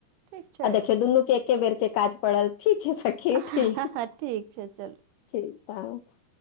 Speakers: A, on the right; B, on the left.
A: ठीक छै
B: आ देखियौऔ दुनू के। एके बेर के काज पड़ल ठीक छैसखी
A: हँ
B: ठीक
A: हँ ठीक छै चलू
B: ठीक त।